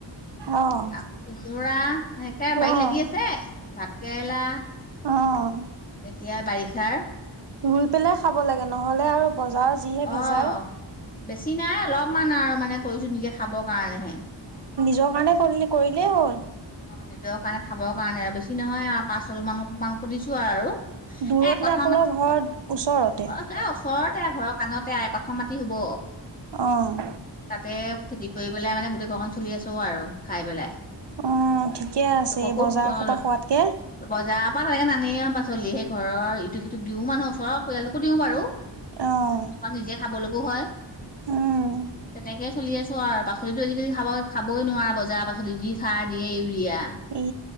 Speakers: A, on the right; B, on the left.
A: অ',
B: আ খিজোৰা সেনেকে
A: অ',
B: বাৰীত লাগি আছে ভাত কেৰেলা।
A: অ',
B: এতিয়া বাৰিষাৰ
A: ৰুই পেলাই খাব লাগে নহলে আৰু বজাৰৰ যিহে
B: অ',
A: ভেজাল।
B: বেছি নাই অলপমান আৰু মানে কৰিছোঁ নিজে খাবৰ কাৰণেহে।
A: যোগানে কৰিলি কৰিলে হ'ল।
B: অ', নিজৰ কাৰণে খাবৰ কাৰণে আৰু বেছি নহয় পাঁচ ছ মান মানো দিছো আৰু আৰু এ!
A: দূৰত নে
B: কথা
A: আপোনালোকৰ
B: মতে অ',
A: ঘৰ ওচৰতে?
B: ওচৰতে ঘৰৰ কাণতে আ কথা মতে হ'ব।
A: অ'।
B: তাতে খেতি কৰি পেলাই মানে গোটেই ঘৰখন চলি আছো আৰু খাই পেলাই।
A: অ', ঠিকে আছে
B: লোককো
A: এই বজাৰসোপ
B: অ
A: পৰা খোৱাতকে।
B: বজাৰৰ পৰা তেনেকে নানেই পাচলি সেই ঘৰৰ ইটো সিটো তোক দিও মানুহ ওচৰ পৰিয়ালটোকো দিওঁ বাৰু তমাৰ
A: অ',
B: নিজে খাবলৈকো হয়।
A: উ'ম।
B: তেনেকেই চলি আছো আৰু পাচলিতো আজিকালি খাব খাবই নোৱাৰা বজাৰ পাচলি যি খাৰ দিয়ে, ইউৰিয়া
A: ই